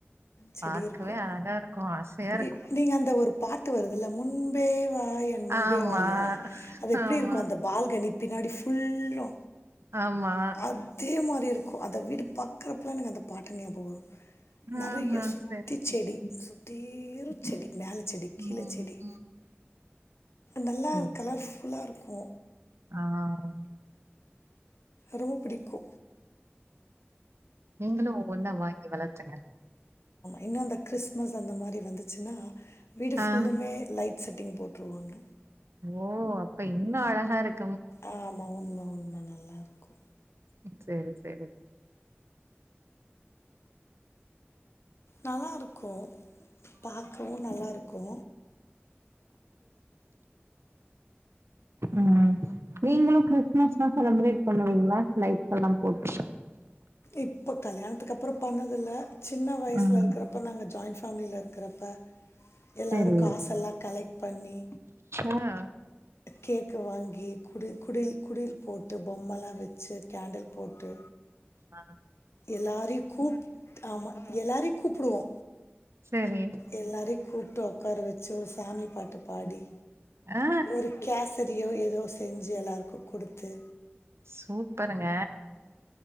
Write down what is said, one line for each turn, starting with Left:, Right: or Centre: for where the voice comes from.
Left: செடி
Right: பாக்கவே
Left: இருக்கும்.
Right: அழகாருக்கு ஆசையாருக்கு
Left: இ நீங்க அந்த ஒரு பாட்டு வருதுல்ல முன்பேவ் வா என் முன்பேவால
Right: ஆமா
Left: அது எப்டிருக்கு
Right: ஆமா
Left: அந்த பால்கனிப் பின்னாடி ஃபுல்லு
Right: ஆமா
Left: அதே மாரி இருக் க்கு அந்த வீடு பாக்குறப்பல்ல எனக்கு அந்த பாட்டு ஞியாபகோ வரு நறையா
Right: ஆஹா
Left: சுத்தி
Right: சரி சரி
Left: செடி சுத்தில்லு செடி மேல செடி கீழ
Right: ம்
Left: செடி
Right: ம்
Left: நல்லா
Right: சரி
Left: கலர் ஃபுல்லா நல்லாருக்கு
Right: ஆ ஆம்
Left: ரொம்ப புடிக்கு
Right: நீங்களு ஒன்ன வாங்கி வளத்துங்க
Left: இன்னு அந்த கிறிஸ்மஸ் அந்த மாரி வந்துச்சுன்னா வீடு ஃபுல்லுமே
Right: ஆ
Left: லைட் செட்டிங் போட்ருவாங்க
Right: ஓ அப்ப இன்னு அழகா இருக்
Left: ஆமா உண்ம உண் ரொம்ப நல்லாருக்கு
Right: ம் சேரி சேரிக்
Left: நல்லா இருக்கு பாக்கவு நல்லா இருக்கு
Right: ம் நீங்களு கிறிஸ்மஸ்ல்லா செலிப்ரேட் பண்ணுவீங்களா லைட்ஸ் எல்லா போட்டு
Left: இப்போ கல்யாணத்துக்கு அப்புறோ பண்ணதில்ல சின்ன வயிசுல
Right: ம்
Left: இருக்குறப்ப நாங்க ஜாயின்ஃ ஃபேமிலில இருக்குறப்ப எல்லாரு
Right: சேரி
Left: காஸ் எல்லா கலைக்ட் பண்ணி
Right: ஆ
Left: கேக்கு வாங்கி குடு குடில் குடில் போட்டு பொம்மளா வச் ச்ச கேண்டல் போட்டு
Right: ஆஹ
Left: எல்லாரையு கூப் ஆமா எல்லாரையு கூப்புடுவோ
Right: சேரி
Left: எல்லாரியு கூப்ட்டோ கரச்சி ஒரு ஸ் சாமி பாட்டுப்பாடி
Right: ஆ
Left: ஒரு கேசரியோ ஏதோ செஞ்சி எல்லாருக்கு குடுத்து
Right: சூப்பருங்க